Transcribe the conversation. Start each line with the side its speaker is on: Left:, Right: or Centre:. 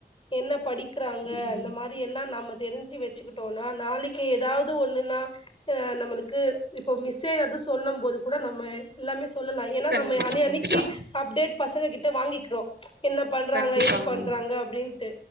Left: என்ன படிக்கிறாங்க
Right: ம்
Left: இந்த மாரி இது எல்லா நாம தெரிஞ்சு வச்சுக்கிட்டோம்னா நாளைக்கு ஏதாவது ஒண்ணுன்னா நம்மளுக்கு இப்போ மிஸ்ஸே ஏது சொல்லும் போது கூட நம்ம எல்லாமே சொல்லலா ஏன்னா
Right: கண்டிப்பா
Left: நம்ம அனி அன்க்கி
Right: கண்டிப்பா
Left: அப்டேட் பசங்க கிட்ட வாங்கிக்கிறோ என்ன பண்றாங்க
Right: கண்டிப்பாங்க
Left: ஏது பண்றாங்க அப்டின்ட்டு